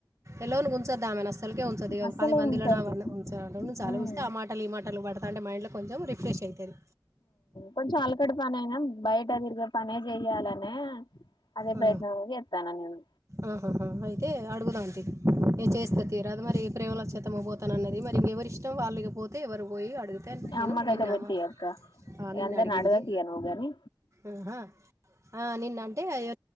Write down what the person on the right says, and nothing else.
ఎలోన్గా ఉంచద్దామెను అస్సల్కే ఉంచద్దు ఇగ.
పది మందిలనే
వాళ్ళ ఉంచాలే. ఉంచాలే
ఉంచితే ఆ మాటలు ఈ మాటలు పడతా అంటే మైండ్లో కొంచం రిఫ్రెష్ అయితది.
ఆ
ఆహహా అయితే అడుగుదాంతి నేను చేస్తా తీయరాదు మరి ప్రేమలచ్చతమా పోతనా అన్నది మరి ఇంగ ఎవరి ఇష్టం వాళ్ళకి పోతే ఎవరు పోయి అడిగితే నేను
నిన్న
మా
ఆ,
నిన్న
అడిగింది
ఆహా ఆ నిన్నంటే ఇగ